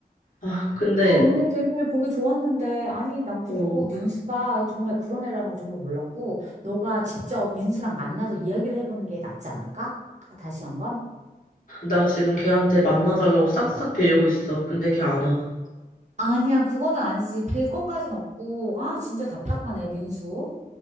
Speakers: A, on the left; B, on the right.
A: 아, 근데,
B: 아, 너네 되게 보기 좋았는데. 아니, 난 그리고
A: 어,
B: 민수가 정말 그런 애라는 거 정말 몰랐고, 너가 직접 민수랑 만나서 이야기를 해보는 게 낫지 않을까? 아, 다시 한번?
A: 나 지금 걔한테 만나달라고 싹싹 빌고 있어. 근데 걔 안 와.
B: 아니야, 그거는 아니지. 될 것까진 없고. 아, 진짜 답답하네, 민수.